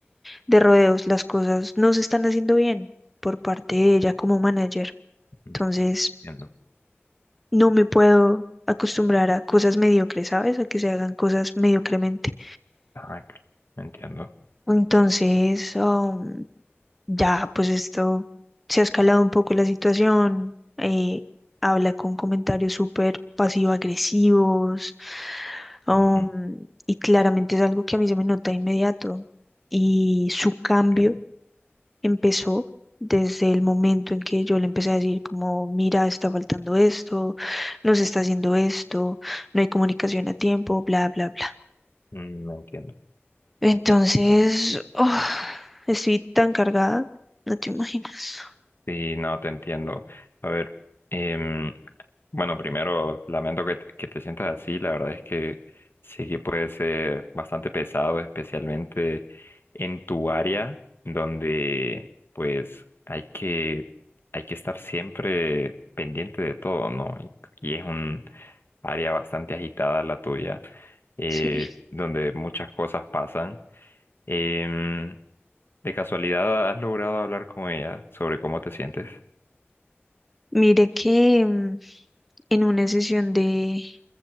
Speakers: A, in the centre; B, on the left.
A: de rodeos, las cosas no se están haciendo bien por parte de ella como manager.
B: Ujú,
A: Entonces,
B: Entiendo.
A: no me puedo acostumbrar a cosas mediocres, ¿sabes? A que se hagan cosas mediocremente.
B: Ah, cl- entiendo.
A: Entonces, um, ya, pues esto se ha escalado un poco la situación. eh, habla con comentarios súper pasivo-agresivos. um,
B: Ujú,
A: y claramente es algo que a mí se me nota de inmediato. Y su cambio
B: claro.
A: empezó desde el momento en que yo le empecé a decir como, mira, está faltando esto, no se está haciendo esto, no hay comunicación a tiempo, bla, bla, bla.
B: Mm, entiendo.
A: Entonces,
B: A ver.
A: oh, estoy tan cargada, no te imaginas.
B: Sí, no, te entiendo. A ver, em, Bueno, primero, lamento que te, que te sientas así. La verdad es que sí que puede ser bastante pesado, especialmente en tu área, donde pues hay que, hay que estar siempre pendiente de todo, ¿no? Y, y es un área bastante agitada la tuya, eh,
A: Sí.
B: donde muchas cosas pasan. Em, ¿de casualidad has logrado hablar con ella sobre cómo te sientes?
A: Mire que mm, en una sesión de,